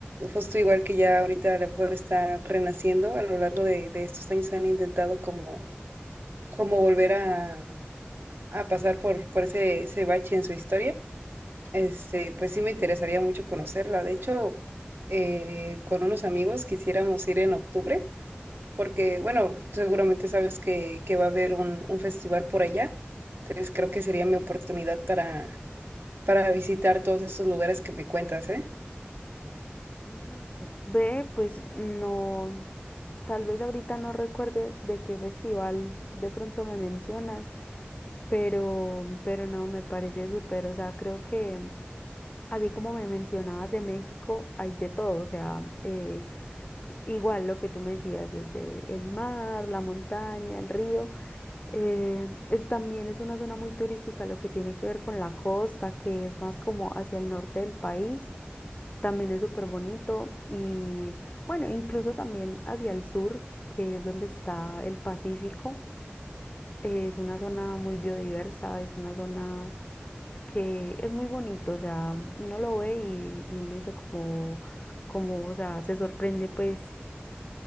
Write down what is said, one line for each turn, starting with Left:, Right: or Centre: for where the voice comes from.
Right: justo igual que ya ahorita a lo mejor está renaciendo, a lo largo de, de estos años han intentado como, como volver a, a pasar por, por ese, ese bache en su historia. Este, pues sí me interesaría mucho conocerla. De hecho, eh, con unos amigos quisiéramos ir en octubre, porque, bueno, seguramente sabes que, que va a haber un, un festival por allá. Entonces creo que sería mi oportunidad para, para visitar todos estos lugares que me cuentas, ¿eh?
Left: Mm, Ve, pues no, tal vez ahorita no recuerde de qué festival de pronto me mencionas, pero, pero no, me parece súper, o sea, creo que así como me mencionabas de México, hay de todo, o sea, eh, igual lo que tú me decías, desde el mar, la montaña, el río, eh, es, también es una zona muy turística, lo que tiene que ver con la costa, que es más como hacia el norte del país. También es súper bonito y bueno, incluso también hacia el sur, que es donde está el Pacífico, eh, es una zona muy biodiversa, es una zona que es muy bonito, o sea, uno lo ve y, y uno dice como, como, o sea, se sorprende pues